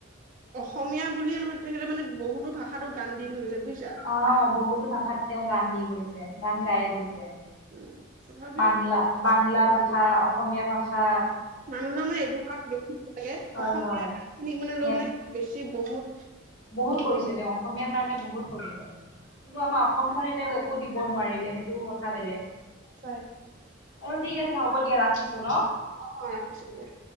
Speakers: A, on the right; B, on the left.
A: অসমীয়া বুলিয়ে নহয় তেখেতে মানে বহুতো ভাষাতো গান দি থৈ গৈছে বুজিছা
B: অ' বহুতো ভাল ভাষাত তেওঁ গান দি গৈছে গান গাই গৈছে।
A: উম তথাপিও
B: বাংলা বাংলা
A: উম
B: ভাষা, অসমীয়া ভাষা হা।
A: মানুহজন মানে এইটো লৈ লাগে
B: হয়
A: অসমীয়া
B: হয়
A: গান খিনিক মানে লৈ
B: নে
A: মানে বেছি ব হুত
B: বহুত কৰিছে তেওঁ, অসমীয়াৰ কাৰণে বহুত কৰিলে। কিন্তু আমাৰ অসমখনে তেওঁক একো দিব নোৱাৰিলে সেইটো কথা বেলেগ
A: হয়
B: আৰু। ঠিক আছে হ'ব দিয়া, ৰাখিছো। ন
A: অ', ৰাখিছো দিয়া।